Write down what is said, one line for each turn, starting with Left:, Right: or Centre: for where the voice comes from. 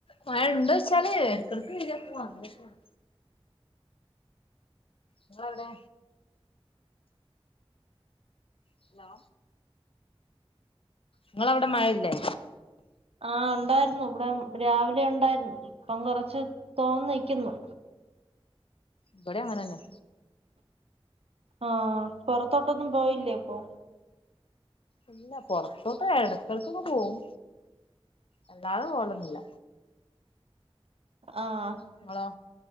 Left: മഴ ഉണ്ടോന്ന് ചോദിച്ചാൽ ഇടക്കിടക്ക് വര പോവാ അങ്ങനെക്കാണ് നിങ്ങള്എവിടെ? ഹലോ നിങ്ങളവിടെ മഴയില്ലേ?
Right: ആ ഉണ്ടായിരുന്നു ഇവിടെ രാവിലെ ഉണ്ടായിരുന്നു ഇപ്പം കൊറച്ച് തോർന്ന് നിക്കുന്നു.
Left: ഇവിടെയും അങ്ങനെ തന്നെ.
Right: ആഹ് പൊറത്തോട്ടൊന്നും പോയില്ലേ അപ്പൊ?
Left: ഇല്ല പൊറത്തോട്ട് ഇടക്ക ൾക്കൊന്നു പോവും അല്ലാതെ പോവലൊന്നുല്ല.
Right: ആഹ്
Left: നിങ്ങളോ